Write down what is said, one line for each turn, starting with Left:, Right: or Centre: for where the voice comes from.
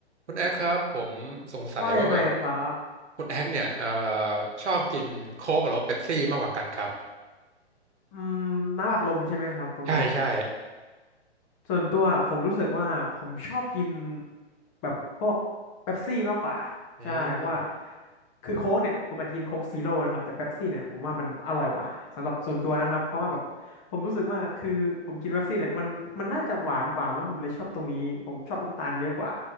Right: คุณแอคครับผมสงสัยว่าแบบ
Left: ว่ายังไงครับ
Right: คุณแอคเนี่ยเอ่อชอบกินโค้กหรือว่าเป๊ปซี่มากกว่ากันครับ
Left: อืมน้ำอัดลมใช่ไหมครับตรงนี้
Right: ใช่ใช่
Left: ส่วนตัวผมรู้สึกว่าผมชอบกินแบบพวกเป๊ปซี่มากกว่าใช่เพราะว่า
Right: อืม
Left: คือโค้กเนี่ยผมอาจจะกินโค้กซีโร่นะครับแต่เป๊ปซี่เนี่ยผมว่ามันอร่อยกว่าสำหรับส่วนตัวนะครับ เพราะว่าแบบผมรู้สึกว่าคือผมกินเป๊ปซี่เนี่ยมันมันน่าจะหวานกว่ามั้งผมเลยชอบตรงนี้ ผมชอบน้ำตาลเยอะกว่า